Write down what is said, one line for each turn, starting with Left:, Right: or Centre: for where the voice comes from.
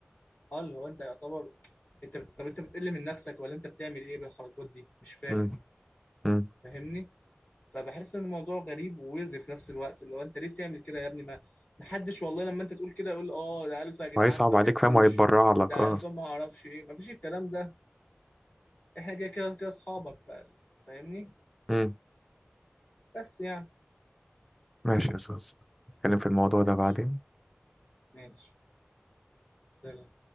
Left: اه اللي هو انت يعتبر انت بت... طب انت بتقل من نفسك ولا انت بتعمل ايه بالحركات دي مش فاهم
Centre: امم امم
Left: فاهمني فبحس ان الموضوع غريب وويرد في نفس الوقت اللي هو انت ليه بتعمل كده يا ابني ما محدش والله لما انت تقول كده يقول اه ده الفا يا جدعان
Centre: وهيصعب
Left: ما بياكلش
Centre: عليك فاهم وهيتبرع لك
Left: ده
Centre: اه
Left: الفا ما اعرفش ايه ما فيش الكلام ده احنا كده كده كده اصحابك ف... فاهمني
Centre: امم
Left: بس يعني
Centre: ماشي يا اسطى نتكلم في الموضوع
Left: ماشي
Centre: ده بعدين
Left: ماشي سلام